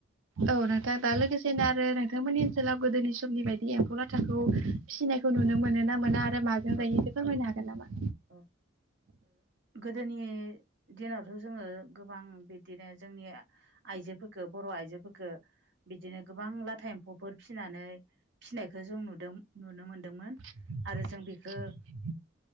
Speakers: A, on the right; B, on the right.
A: औ नोंथां दा लोगोसेनो आरो नोंथा नो माने ओनसोलाव गोदोनि समनि बायदि एम्फौ लाथाखौ फिसिनायखौ नुनो मोनो ना मोना आ ओ माजों जायो
B: औ
A: बेफोर फैनो हागोन नामा
B: औ गोदोनि दिनावथ' जोङो गोबां बिदिनो जोंनि आइजोफोरखौ बर' आइजोफोरखौ बिदिनो गोबां लाथा एम्फौफोर फिसिनानै फिसिनायखौ जों नुदों नुनो मोनदोंमोन
A: <inaudible>
B: आरो जों बेखौ